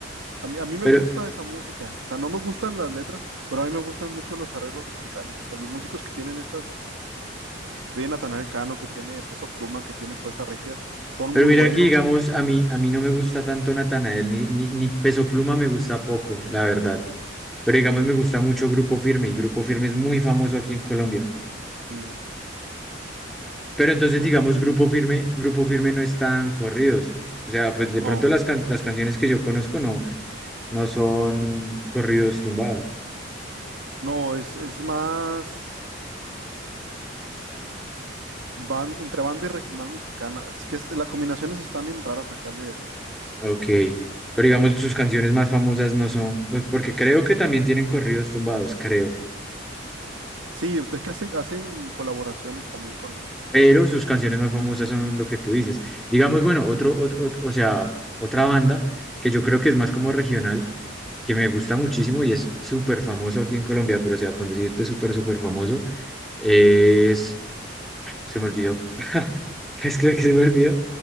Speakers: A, on the right (about 80°); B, in the centre.
A: a mí, a mí me
B: pero,
A: gusta esa música, o sea, no me gustan las letras, pero a mí me gustan mucho los arreglos musicales, o sea, los músicos que tienen esas, que tiene Natanael Cano, que tiene Peso Pluma, que tiene Fuerza Regida, son
B: Pero
A: muy
B: mira
A: buenos.
B: que, digamos, a mí, a mí no me gusta tanto Natanael, ni, ni, ni Peso Pluma me gusta poco, la verdad. Pero digamos, me gusta mucho Grupo Firme y Grupo Firme es muy famoso aquí en Colombia.
A: Mm.
B: Pero entonces,
A: Grupo
B: digamos,
A: firme.
B: Grupo Firme, Grupo Firme no están corridos. O sea, pues de
A: No,
B: pronto las, can- las canciones que yo conozco no, no son corridos tumbados.
A: no, es, es más van, entre banda y regional mexicana. Es que es- las combinaciones están bien raras acá de, de la música.
B: Ok. Pero digamos, sus canciones más famosas no son, pues, porque creo que también tienen corridos tumbados, creo.
A: Sí, es que hacen, hacen colaboraciones también con.
B: pero sus canciones más famosas son lo que tú dices. Digamos, bueno, otro, otro, ot- o sea, otra banda que yo creo que es más como regional, que me gusta muchísimo y es súper famoso aquí en Colombia, pero o sea, con decirte súper, súper famoso, es, se me olvidó, <laughs> es que se me olvidó,